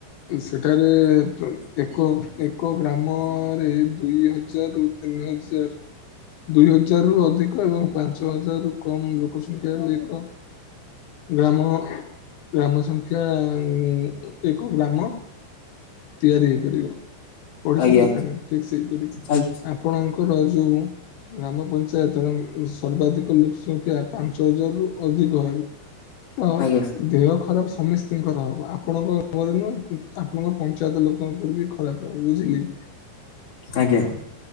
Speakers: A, on the left; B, on the left.
A: ସେଠାରେ ଏ ଏକ ଏକ ଗ୍ରାମ ଅ ରେ ଦୁଇ ହଜ୍ ଜାର୍ ରୁ ତିନି ହଜାର୍। ଦୁଇ ହଜାରରୁୁ ଅଧିକ ଏବଂ ପାଞ୍ଚ ହଜାରରୁୁ କମ୍ ଲୋକ ସଂଖ୍ୟା ହେଲେ ଏକ ଗ୍ରାମ ଗ୍ରାମ ସଂଖ୍ୟା ଉ ଉ ଏକ ଗ୍ରାମ। ତିଆରି ହେଇପାରିବ। ପଢିଛନ୍ତି
B: ଆଜ୍ଞା
A: ନା ନା ଠିକ୍ ସେଇପରି।
B: ଆଜ୍ଞା
A: ଆପଣଙ୍କର ଯୋଉ ଗ୍ରାମ ପଞ୍ଚାୟତର ସର୍ବାଧିକ ଲୋକ୍ ସଂଖ୍ୟା ପାଞ୍ଚ ହଜାର ରୁ ଅଧିକ ହେବ୍ ତ
B: ଆଜ୍ଞା
A: ଦେହ ଖରାପ ସମସ୍ତତିଙ୍କର ହବ ଆପଣଙ୍କ ଗାମରେ ନୁଁ ଆପଣଙ୍କ ପଞ୍ଚାୟତ ଲୋକଙ୍କର ବି ଖରାପ ହବ ବୁଝିଲେ?
B: ଆଜ୍ଞା